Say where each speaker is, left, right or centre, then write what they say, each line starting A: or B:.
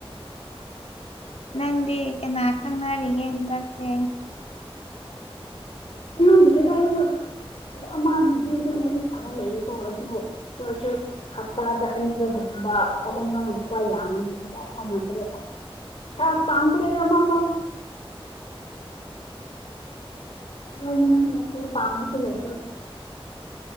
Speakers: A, on the left; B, on the left.
A: ꯅꯪꯗꯤ ꯀꯅꯥ ꯈꯪꯅꯔꯤꯒꯦ ꯍꯟꯗꯛꯇꯤ
B: ꯈꯪꯅꯗ꯭ꯔꯦꯗ ꯑꯩꯁꯨ ꯑꯗꯣ ꯑꯃꯕꯨꯗꯤ ꯑꯗꯨꯝ ꯋꯥꯔꯤ ꯁꯥꯕ ꯂꯩꯌꯦꯀꯣ ꯑꯗꯨ <unintelligible> ꯍꯞꯇꯥꯗ ꯑꯅꯤꯔꯛꯀꯨꯝꯕ ꯑꯍꯨꯝ <unintelligible> ꯌꯥꯝꯅꯤ ꯀꯌꯥ ꯁꯥꯟꯅꯗ꯭ꯔꯦ ꯑꯁ <unintelligible> ꯄꯥꯝꯗ꯭ꯔꯦꯗ ꯑꯃꯐꯥꯎ <unintelligible> ꯄꯥꯝꯕꯁꯨ ꯂꯩꯇꯔꯦ